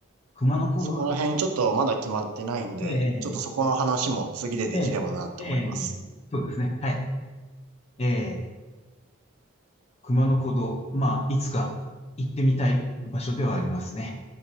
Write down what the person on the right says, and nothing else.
そこら辺ちょっとまだ決まってないんで、
ちょっとそこの話も次でできればなと思います。